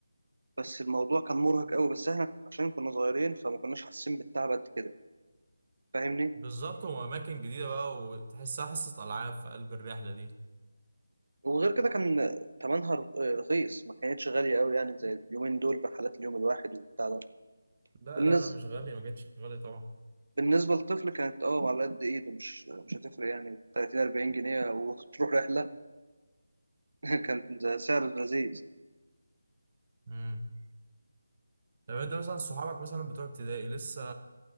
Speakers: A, on the right (about 70°); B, on the right (about 35°).
A: بس الموضوع كان مرهق قوي بس احنا عشان كنا صغيرين فما كناش حاسين بالتعب قد كده فاهمني
B: بالظبط واماكن جديدة بقى وتحسها حصة العاب في قلب الرحلة دي
A: وغير كده كان تمنها آه، رخيص ما كانتش غالية قوي يعني زي اليومين دول رحلات اليوم الواحد وبتاع ده
B: لا
A: بالنسبة
B: لا لا مش غالية ما كانتش غالية طبعا
A: بالنسبة للطفل كانت اه على قد ايده مش مش هتفرق يعني 30 40 جنيه وتروح رحلة <laughs> كان ده سعر لذيذ
B: مم. طب انت مثلا صحابك مثلا بتوع ابتدائي لسه